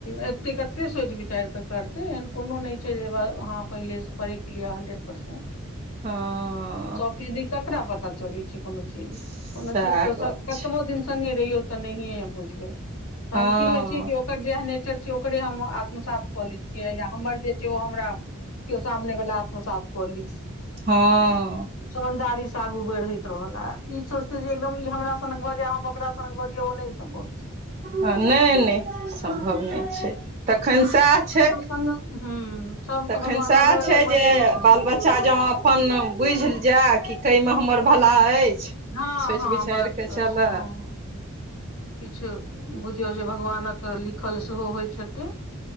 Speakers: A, on the left; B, on the right.
A: एते कते सोचि विचार कऽ करतै एहन कोनो नहि छै जे अहाँ पहिले सँ परैख लिय हन्ड्रेड परसेंट
B: हँ
A: फिर भी ककरा पता चलै छै कोनो चीज
B: सएह
A: कोनो चीज तो
B: गप
A: कतबो
B: छै
A: दिन संगे तैयो तऽ नहिऐ बुझबै तऽहन
B: हँ
A: की होइ छियै कि ओकर जेह नेचर छिय ओकरे हम आत्मसात कऽ लै छियै या हमर जे छै ओ हमरा केओ सामने वला आत्मसात कऽ लै छै
B: हँ
A: ह समझदारी से आगू बढ़ैत रहल आ ई सोचते जे एकदम ई हमरा सनक भऽ जाय हम ओकरा सनक तहन बरियो ओ नहि सम्भव
B: हँ नहि नहि सम्भव नहि छै तखन सएह छै
A: <unintelligible>
B: तखन
A: भगवान
B: सएह
A: अलग
B: छै
A: अलग
B: जे
A: बनेने छथिन
B: बाल बच्चा जँ अपन बुझि जाए कि कै मे हमर भला अछि
A: हँ
B: सोचि
A: हँ
B: बिचारि
A: बस
B: कऽ
A: बस
B: चलै
A: हँ किछु बुझियौ जे भगवानक लिखल सेहो होइत छथि